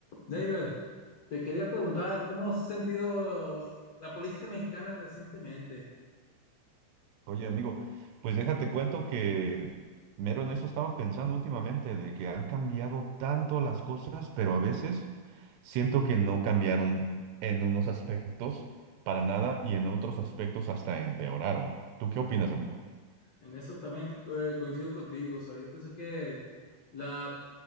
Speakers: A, on the left; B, on the right.
A: David, te quería preguntar, ¿cómo has sentido la política mexicana recientemente?
B: Oye, amigo, pues déjate cuento que mero en eso estaba pensando últimamente, de que han cambiado tanto las cosas, pero a veces siento que no cambiaron en unos aspectos para nada y en otros aspectos hasta empeoraron. ¿Tú qué opinas, amigo?
A: En eso también eh, coincido contigo. O sea, yo pensé que la